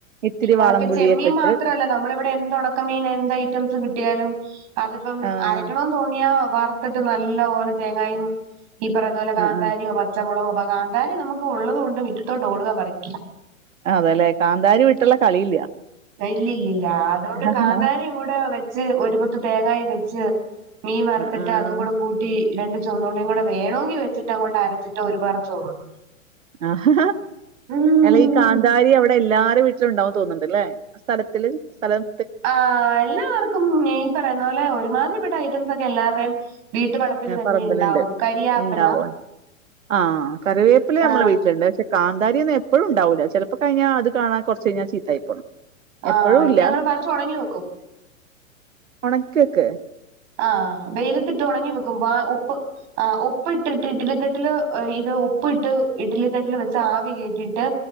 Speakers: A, on the right; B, on the right.
A: ഇത്തിരി
B: ഒണക്ക
A: വാളപുളി
B: ചെമ്മീൻ
A: ഒക്കെ ഇട്ട്
B: മാത്രല്ല നമ്മളിവിടെ എന്ത് ഒണക്ക മീൻ എന്ത് ഐറ്റംസ് കിട്ടിയാലും അതിപ്പം
A: ആഹ്
B: അരക്ക തോന്നിയ വർത്തിട്ട് നല്ല പോനെ തേങ്ങായും ഈ പറയുന്ന പോലെ കാന്താരിയോ
A: ആഹ്
B: പ പച്ച മൊളകോ കാന്താരി നമുക്ക് ഒള്ളത് കൊണ്ട് മുറ്റത്തോട്ട് ഓടുക പറിക്ക്യ
A: അതെല്ലേ കാന്താരി വിട്ടൊള്ള കളിയില്ല
B: ഇല്ല ഇല്ലില്ല അതുകൊണ്ട്
A: ആഹ്
B: കാന്താരിയും കൂടെ വെച്ച് ഒരുപത്ത് തേങ്ങായും വെച്ച് മീൻ വറുത്തിട്ട്
A: ആഹ്
B: അതും കൂടെ കൂ ട്ടി രണ്ട് ചൊമന്നുള്ളിയും കൂടെ വേണെങ്കി വെച്ചിട്ട് അങ്ങോട്ട് അരച്ചട്ട് ഒരുപറ ചോറുണ്ണും
A: ആഹ്
B: ചോറുണ്ണും
A: അല്ല ഈ കാന്താരി എവ വിടെ എല്ലാരെ വീട്ടിലും ഒണ്ടാവൂന്ന് തോന്നണ്ട് അല്ലേ ആ സ്ഥലത്തില് സ്ഥലം
B: ആഹ് എല്ലാർക്കും ഈ പറയുന്ന പോലെ ഒരുമാതിരിപ്പെട്ട ഐറ്റംസ് ഒക്കെ എല്ലാർടെയും വീട്ടുവളപ്പിൽ തന്നെ
A: പറമ്പലുണ്ട്
B: ഇണ്ടാവും കരിയാപ്പില
A: ഉണ്ടാവും ആഹ് കറിവേപ്പില നമ്മളെ
B: ആഹ്
A: വീട്ടിലുണ്ട് പക്ഷെ കാന്താരി ഒന്നും എപ്പഴും ഉണ്ടാവൂല്ല ചിലപ്പ കഴിഞ്ഞ അത് കാണാ കൊറച്ച് കഴിഞ്ഞാ ചീത്തായിപോണം
B: ആഹ്
A: എപ്പഴൂല്ല
B: ഇത് ഞങ്ങള് പറിച്ച് ഉണങ്ങി വെക്കും
A: ഒണക്കൊക്കെ
B: ആഹ് വെയിലത്തിട്ട് ഒണങ്ങി വെക്കുമ്പ ഉ
A: <inaudible>
B: ആഹ് ഉപ്പ് ഇട്ടിട്ട് ഇഡലി തട്ടിൽ ഇത് ഉപ്പ് ഇട്ട് ഇഡ്ലി തട്ടിൽ വെച്ച ആവി കയറ്റിട്ട്